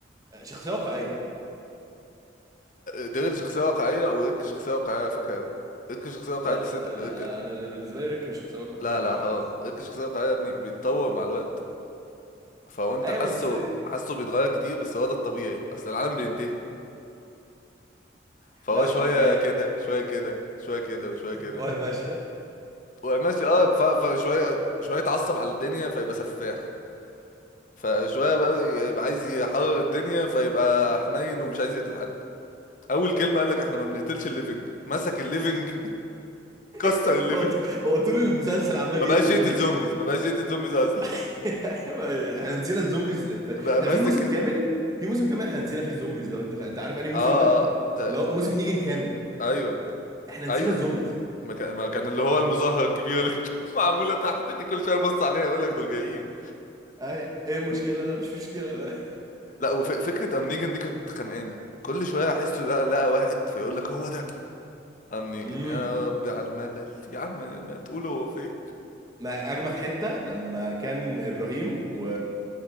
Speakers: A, on the right (about 20°); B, on the left (about 45°).
A: شخصيه واقعيه
B: ديرل شخصية واقعية وريك شخصية واقعية على فكرة أوي ريك شخصية واقعية
A: لا
B: بس انت
A: لا
B: ريك
A: انا بالنسبه لي ريك مش شخصيه مش
B: لا
A: واقعيه
B: لا
A: خالص
B: حرام ريك شخصية واقعية يا ابني بيتطور مع الوقت فهو انت
A: ايوه
B: حاسه
A: بس
B: حاسه بيتغير كتير بس هو ده الطبيعي اصل العالم بينتهي فهو
A: ما
B: شوية
A: يعني
B: كده شوية كده شوية كده وشوية كده
A: وهي ماشيه
B: وماشي اه ف- فشوية شوية يتعصب على الدنيا فيبقى سفاح فشوية بقى يبقى عايز يحرر الدنيا فيبقى حنين ومش عايز يقتل حد اول كلمة قال لك احنا ما بنقتلش الليفنج مسك الليفنج كسر
A: <laughs>
B: الليفنج
A: هو هو طول المسلسل عمال
B: ما بقاش
A: يقتل
B: يقتل
A: ليفنج
B: زومبيز ما بقاش يقتل زومبيز اصلا
A: <laughs> احنا نسينا الزومبيز ف...
B: <laughs> بقى ماسك
A: ده في موسم
B: كده
A: كامل في موسم كامل احنا نسينا فيه الزومبيز لو انت ف... انت عارف انهي موسم
B: اه
A: ده
B: اه تا-
A: اللي هو موسم نيجن كامل
B: ايوه
A: احنا نسينا
B: ايوه
A: الزومبيز
B: ما كان ما كان اللي هو المظاهره الكبيره اللي كانت <laughs> معموله تحت دي كل شويه يبص عليها يقول لك دول جايين
A: اي ايه المشكله لا مش مشكله بقى
B: لا وفكره ام نيجن دي كانت خانقاني كل شويه احسه لا لقى واحد فيقول لك هو ده ام نيجن
A: امم
B: يا ربي على الملل يا عم ما تقولوا هو فين
A: ما اجمد حته لما كان ابراهيم و